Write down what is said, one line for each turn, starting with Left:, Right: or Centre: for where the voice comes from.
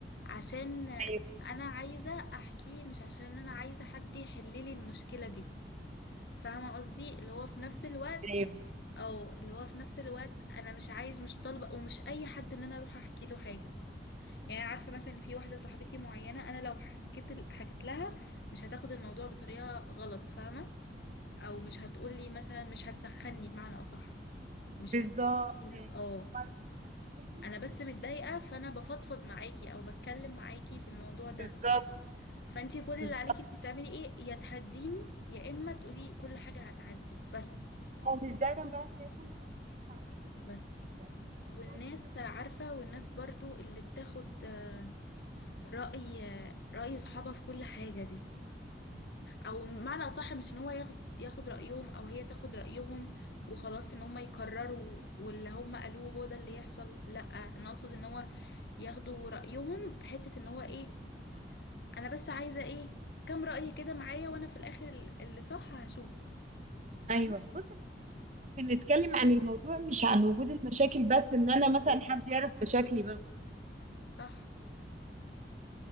Left: عشان
Right: ايوه
Left: انا عايزة احكيه مش عشان انا عايزة حد يحل لي المشكلة دي فاهمة قصدي اللي هو في نفس الوقت
Right: ايوه
Left: او اللي هو في نفس الوقت انا مش عايز مش طالبة ومش اي حد ان انا اروح احكي له حاجة يعني أنا عارفه مثلا ان في واحده صاحبتي معينه انا لو حكيت حكيت لها مش هتاخد الموضوع بطريقه غلط فاهمه او مش هتقولي مثلا مش هتسخني بمعنى اصح مش
Right: بالظبط
Left: هتقولي
Right: يعني
Left: اه
Right: وعلى فكرة البيت برضه
Left: انا بس متضايقه فانا بفضفض معاكي او بتكلم معاكي في الموضوع ده
Right: بالظبط
Left: فانتي كل
Right: بالظبط
Left: اللي عليكي انتي بتعملي ايه يا تهديني يا اما تقولي كل حاجه هتعدي بس
Right: او مش دايما بقى تلاقي كل الاطراف اللي حواليكي بتهديكي
Left: بس
Right: يعني في
Left: والناس
Right: أطراف كده
Left: عارفه والناس برضو اللي بتاخد آه، رأي رأي صحابها في كل حاجة دي او معنى اصح مش ان هو ياخد ياخد رايهم او هي تاخد رايهم وخلاص ان هم يكرروا واللي هم قالوه هو ده اللي يحصل لا انا اقصد ان هو ياخدوا رايهم في حته ان هو ايه انا بس عايزه ايه كام راي كده معايا وانا في الاخر ال- اللي صح هشوف فاهم
Right: ايوه بص خلينا برضه بنتكلم عن الموضوع مش عن وجود المشاكل بس ان انا مثلا حد يعرف مشاكلي بس
Left: صح